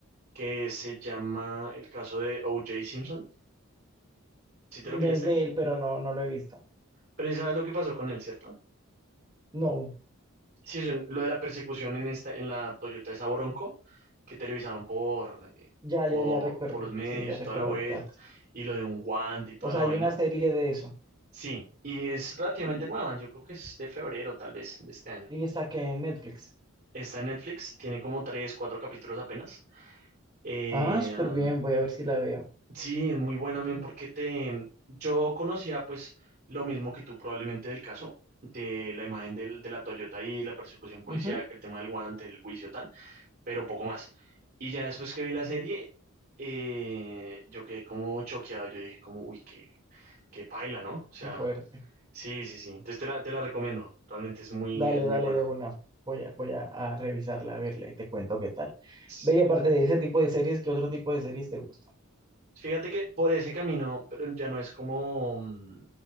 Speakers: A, on the right; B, on the right.
A: que se llama el caso de O.J. Simpson, si te
B: No
A: lo pillaste?
B: es de él, pero no, no lo he visto.
A: Pero ya sabes lo que pasó con él, ¿cierto?
B: No,
A: Sí, eso, en- lo de la persecución en esta, en la Toyota esa Bronco, que televisaban por, eh,
B: ya,
A: por,
B: ya, ya recuerdo.
A: por los medios
B: Sí, ya
A: y
B: recuerdo
A: toda la vuelta,
B: el caso.
A: y lo de un guante y toda
B: O sea,
A: la vaina.
B: hay una serie de eso.
A: Sí, y es relativamente
B: Y,
A: nueva, yo creo que es de febrero tal vez de este año.
B: y está que en Netflix.
A: Está en Netflix, tiene como tres, cuatro capítulos apenas. Eh,
B: Ah, súper
A: um,
B: bien. Voy a ver si la veo.
A: sí, es muy buena, men, porque te, yo conocía pues lo mismo que tú probablemente del caso, de la imagen del- de la Toyota y la persecución policíaca,
B: Ujú.
A: el tema del guante, el juicio, tan. pero poco más. Y ya después que vi la serie, eh, yo quedé como choqueado, yo dije como, uy, qué, qué paila, ¿no? O sea,
B: Qué fuerte.
A: sí, sí, sí. Entonces te la, te la recomiendo, realmente es muy,
B: Dale,
A: es muy
B: dale
A: buena.
B: de una. Voy a, voy a, a revisarla, a verla y te cuento qué tal.
A: S-
B: Ve, y aparte de ese tipo de series, ¿qué otro tipo de series te gusta?
A: Fíjate que por ese camino, pero ya no es como, mm,